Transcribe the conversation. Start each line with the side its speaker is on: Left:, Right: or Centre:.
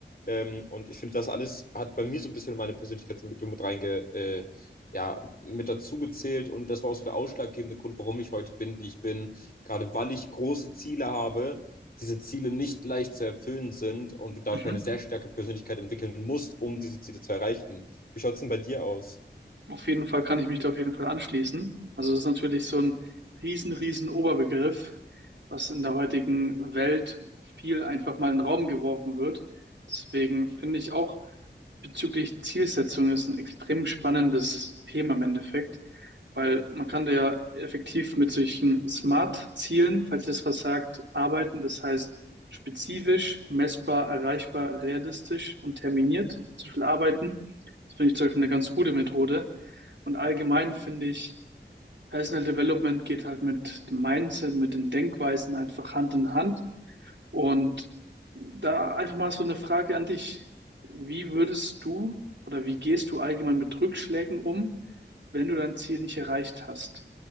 Left: Ähm, und ich finde, das alles hat bei mir so ein bisschen meine Persönlichkeitsentwicklung mit reinge, äh, ja, mit dazu gezählt. Und das war auch so der ausschlaggebende Grund, warum ich heute bin, wie ich bin, gerade weil ich große Ziele habe diese Ziele nicht leicht zu erfüllen sind und du dafür
Right: Mhm.
Left: eine sehr starke Persönlichkeit entwickeln musst, um diese Ziele zu erreichen. Wie schaut es denn bei dir aus?
Right: Auf jeden Fall kann ich mich da auf jeden Fall anschließen. Also es ist natürlich so ein riesen, riesen Oberbegriff, was in der heutigen Welt viel einfach mal in den Raum geworfen wird. Deswegen finde ich auch, bezüglich Zielsetzung ist ein extrem spannendes Thema im Endeffekt, weil man kann da ja effektiv mit solchen Smart-Zielen, falls ihr das was sagt, arbeiten. Das heißt spezifisch, messbar, erreichbar, realistisch und terminiert. Zum Beispiel arbeiten. Das finde ich zum Beispiel eine ganz gute Methode. Und allgemein finde ich, Personal Development geht halt mit dem Mindset, mit den Denkweisen einfach Hand in Hand. Und da einfach mal so eine Frage an dich. Wie würdest du oder wie gehst du allgemein mit Rückschlägen um, wenn du dein Ziel nicht erreicht hast?